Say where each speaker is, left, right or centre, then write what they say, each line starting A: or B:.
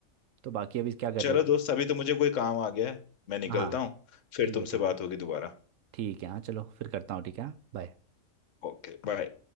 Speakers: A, on the right; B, on the left.
A: तो बाकी अभी क्या कर
B: चलो
A: रहे
B: दोस्त
A: हो
B: अभी तो मुझे कोई काम आ गया है मैं निकलता
A: हाँ
B: हूँ फिर
A: ठीक
B: तुमसे
A: है ठीक है
B: बात होगी दोबारा
A: ठीक है हाँ चलो फिर करता हूँ ठीक है हाँ, बाय
B: Okay bye